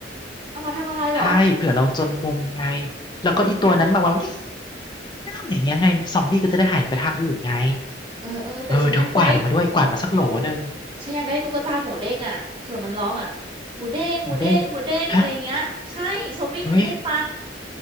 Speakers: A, on the right (about 30°); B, on the left (about 25°).
A: เอามาทำอะไรเหรอ
B: ใช่เผื่อเราจนมุมไงแล้วก็อีตัวนั้นมาว่าเงี้ย
A: อืม
B: อย่างเงี้ยไงซอมบี้ก็จะได้หายไปทางอื่นไง
A: เออเออแต่ฉันอยากได้
B: เออเธอกวาดมาด้วยกวาดมาสักโหลหนึ่ง
A: ฉันอยากได้ตุ๊กตาหมูเด้งอ่ะเผื่อมันร้องอ่ะหมูเด้งหมูเด้งหมูเด้งอะไรเงี้ยใช่ซอมบี้มันจะได้ไป
B: หมูเด้งฮะอุ้ย